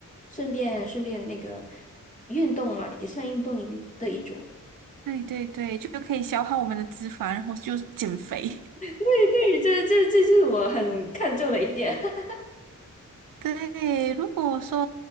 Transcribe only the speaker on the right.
对对对，就可以消耗我们的脂肪，然后就是减肥。
对，如果说，